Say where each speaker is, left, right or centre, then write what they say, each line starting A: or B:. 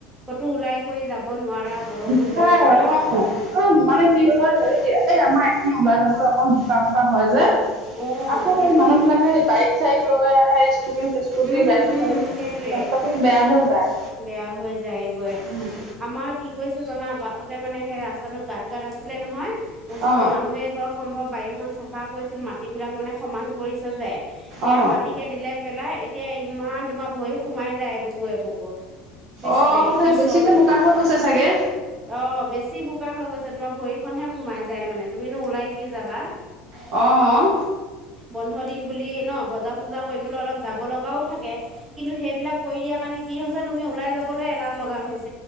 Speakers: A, on the right; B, on the right.
A: ক'তো ওলাই কৰি যাব নোৱাৰা
B: <unintelligible>
A: বৰষুণটোৰ পৰা
B: অ', মানে
A: সেইটোৱে
B: কি হয়, হে‍‌‌‍ৰি এ আমাই খিনি ওলাই যাবলৈ অকন বোকা-বোকা হয় যে
A: অ
B: আকৌ
A: সেইটোৱে
B: মানুহ বিলাকে বাইক-চাইক লৈ আহে স্কুটি-চিস্কুতি,
A: উম
B: গাড়ী-চাৰী
A: উম সেইটোৱে
B: ৰাস্তাটো বেয়া হৈ যায়।
A: বেয়া হৈ যায়গৈ
B: উম',
A: আমাৰ কি কৰিছো জানা বাটত তে মানে সে ৰাস্তাটো গাত গাত আছিলে নহয় ওচৰৰ
B: অ
A: মানুহ এঘৰ সম্ভ বাই খন চাফা কৰিছিল, মাটিবিলাক মানে সমান কৰিছে যে সেয়া
B: অ
A: মাটিকে দিলে পেলাই এ এতিয়া ইমান তোমাৰ ভৰি সোমাই যায় এবুকু এবুকু, পিছ
B: অ
A: হেৰি
B: সেই
A: পিছলো,
B: বেছিকে বোকা হৈ গৈছে চাগে
A: অ', বেছি বোকা হৈ গৈছে তোমাৰ ভৰি খনহে সোমাই যায় মানে, তুমিনো ওলাই কি যাবা
B: অ',
A: <inaudible> বন্ধ দিন বুলি ন পূজা চূজা কৰিবলৈ অলপ যাব লগ লগাওঁ থাকে, কিন্তু সেইবিলাক কৰি দিয়াৰ কাৰণে কি হৈছে তুমি ওলাই যাবলৈ এলাহ লগা হৈছ